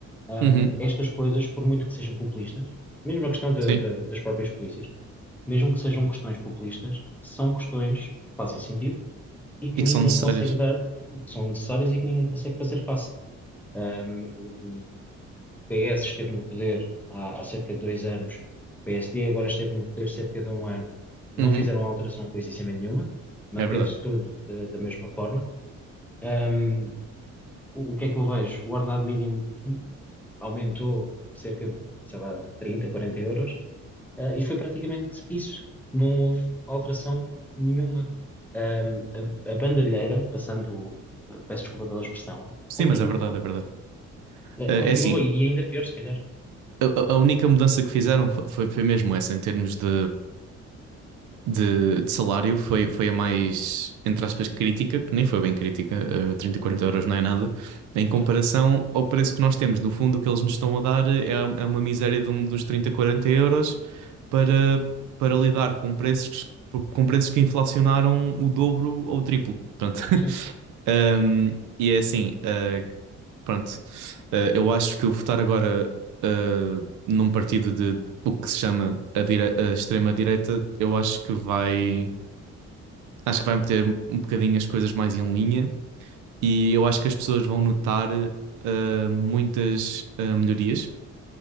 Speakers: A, in the centre; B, on the right.
A: um,
B: uhum,
A: estas coisas, por muito que sejam populistas, mesmo a questão da-
B: sim.
A: da- das próprias polícias, mesmo que sejam questões populistas, são questões que fazem sentido e que
B: E
A: ninguém
B: que são necessárias.
A: consegue dar, que são necessárias e que ninguém consegue fazer face. Um, o o PS esteve no poder há, há cerca de dois anos, o PSD agora esteve no poder cerca de um ano, não
B: Uhum,
A: fizeram alteração coisíssima nenhuma, manteve-se
B: é verdade.
A: tudo da da mesma forma. Um, o o que é que eu vejo? O ordenado mínimo aumentou cerca de, sei lá, 30, 40 euros, ah, e foi praticamente isso. Não houve alteração nenhuma. Ahm, a, a bandalheira, passando, ah, peço desculpa pela expressão,
B: Sim,
A: continua.
B: mas é verdade, é verdade.
A: Eh,
B: Eh,
A: Continua
B: É assim,
A: e ainda pior, se calhar.
B: a, a- a única mudança que fizeram fo- foi, foi mesmo essa, em termos de, de, de salário, foi, foi a mais, entre aspas, crítica, que nem foi bem crítica, eh, 30, 40 euros não é nada, em comparação
A: Certo?
B: ao preço que nós temos. No fundo, o que eles nos estão a dar é, é uma miséria de um, dos 30, 40 euros para, para lidar com preços, com preços que inflacionaram o dobro ou o triplo. Portanto, <laughs>
A: Sim,
B: Um,
A: sim.
B: e é assim, eh, Pronto. Eh, eu acho que eu votar agora eh, num partido de o que se chama a, dire- a extrema-direita, eu acho que vai. Acho que vai meter um bocadinho as coisas mais em linha e eu acho que as pessoas vão notar eh, muitas eh, melhorias.